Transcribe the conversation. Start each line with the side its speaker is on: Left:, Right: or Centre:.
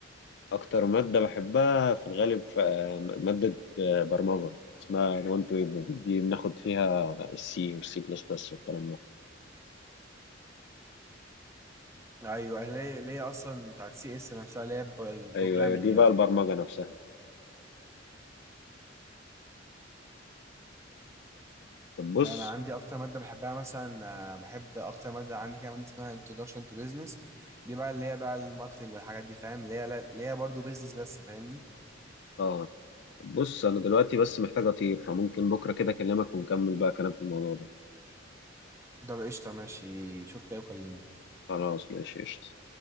Left: أكتر مادة بحبها في الغالب ف- مادة آه، برمجة اسمها الوان تو ويب دي بناخد فيها السي والسي بلس بلس والكلام ده
Right: ايوه ليه ليه اصلا بتاعت سي اس نفسها اللي هي البروجرامنج
Left: أيوه أيوه دي
Right: يعني
Left: بقى البرمجة نفسها طب بص
Right: لا انا عندي اكتر ماده بحبها مثلا آه، بحب اكتر ماده عندي كده ماده اسمها introduction to business دي بقى اللي هي بقى الماركتنج والحاجات دي فاهم اللي هي اللي هي برضه بيزنس بس فاهمني
Left: آه بص أنا دلوقتي بس محتاج أطير فممكن بكرة كده أكلمك ونكمل بقى كلام في الموضوع ده
Right: ده قشطة ماشي شوف كده وكلمني
Left: خلاص ماشي قشطة